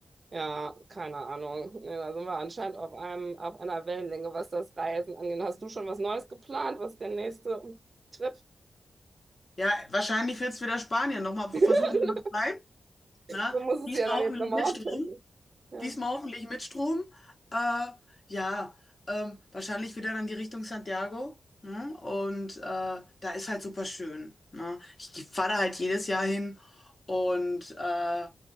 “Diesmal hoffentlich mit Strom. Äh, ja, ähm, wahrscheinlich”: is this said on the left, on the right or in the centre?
Left